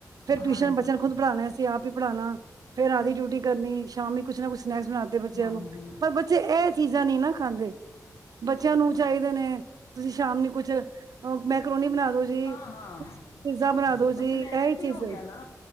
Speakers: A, on the right; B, on the left.
A: ਫਿਰ ਟਿਊਸ਼ਨ
B: ਹਾਂਜੀ
A: ਬੱਚਿਆਂ ਨੂੰ ਖੁਦ ਪੜਾਣਾ ਫਿਰ ਆਪ ਹੀ ਪੜਾਉਣਾ, ਫੇਰ ਰਾਤ ਦੀ ਡਿਊਟੀ ਕਰਨੀ, ਸ਼ਾਮੀ ਕੁੱਛ ਨਾ ਕੁੱਛ ਸਨੈਕਸ ਬਣਾਤੇ ਬੱਚਿਆਂ
B: ਹਾਂਜੀ
A: ਨੂੰ, ਪਰ ਬੱਚੇ ਇਹ, ਐ ਚੀਜ਼ਾਂ ਨਹੀਂ ਨਾ ਖਾਂਦੇ ਬੱਚਿਆਂ ਨੂੰ ਚਾਹੀਦੇ ਨੇ, ਤੁਸੀਂ ਸ਼ਾਮ ਨੂੰ ਕੁਛ ਮੈਕਰੋਨੀ ਬਣਾ ਦੋ ਜੀ
B: ਹਾਂ ਹਾਂ
A: ਪਿਜ਼ਾ, ਬਣਾ ਦੋ ਜੀ
B: ਉਹ ਸਨੈਕਸ
A: ਇਹੀ ਚੀਜ਼
B: ਹੋ ਗਿਆ ਨਾ,